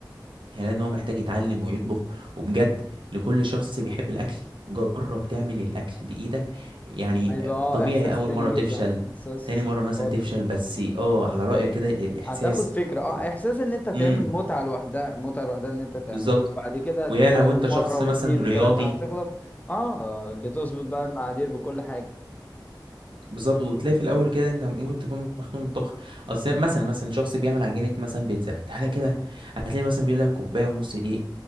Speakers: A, on the right (about 80°); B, on the left (about 20°).
A: هيلاقي ان هو محتاج يتعلم ويطبخ وبجد لكل شخص بيحب الاكل جرب تعمل الاكل بايدك يعني
B: هيبقى اه
A: طبيعي
B: احساس
A: اول
B: تاني
A: مره
B: جدا
A: تفشل
B: احساس
A: تاني مره مثلا
B: خالص
A: تفشل بس اه على رايك كده الاحساس
B: هتاخد فكره اه
A: و...
B: احساس ان انت تعمل
A: امم
B: متعه لوحدها متعه لوحدها ان انت تعمله
A: بالظبط
B: بعد كده
A: ويا
B: تتعلم
A: لو انت شخص
B: مره واتنين
A: مثلا رياضي
B: وتلاته هتغلب اه بتظبط بقى المقادير بكل حاجه
A: بالظبط وتلاقي في الاول كده انت ممكن تكون مخنوق من الطبخ اصل مثلا مثلا شخص بيعمل عجينه مثلا بيتزا تعالى كده هتلاقي مثلا بيقول لك كوبايه ونص دقيق